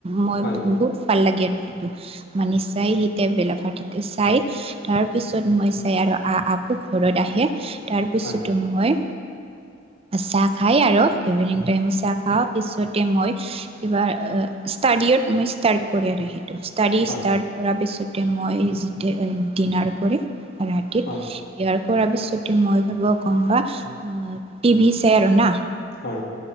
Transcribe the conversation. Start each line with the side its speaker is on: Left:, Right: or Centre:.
Right: মই
Left: হয়
Right: বহুত ভাল লাগে আৰু সেইটো মানি চাই সিতে বেলা ভাৰটিতে চাই তাৰ পিছত মই চাই আৰু আহ আকৌ ঘৰত আহে তাৰপিছো
Left: হয়
Right: মই চাহ খাই আৰু ইভিনিং টাইম চাহ খাওঁ পিছতে মই কিবা ষ্টাডিত মই ষ্টাৰ্ট কৰে আৰু সেইটো তাৰি
Left: হয়,
Right: তাৰ পৰা পিছতে মই ডিনাৰ কৰে ৰাতিত
Left: হয়,
Right: ইয়াৰ কৰাৰ পিছতে মই ঘব কম বাা
Left: উম,
Right: টিভি চাই আৰু না
Left: হয়